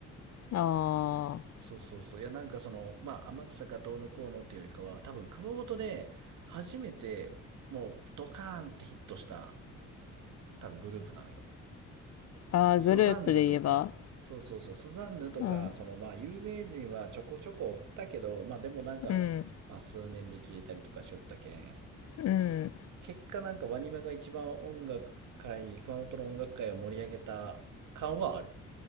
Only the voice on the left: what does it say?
あーあ
ー。あグループで言えば。
うん。うん。
うん。